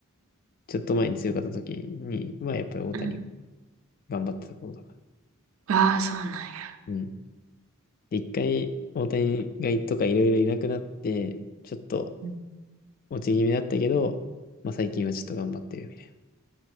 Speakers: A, on the left (about 40°); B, on the right (about 65°).
A: ちょっと前に強かった時には、やっぱり大谷
B: うん。
A: 頑張ってた頃だから。
B: ああ、そうなんや。
A: うん。で、一回大谷がいとかいろいろいなくなって、ちょっと
B: うん
A: 落ち気味だったけど、まあ最近はちょっと頑張ってるみたい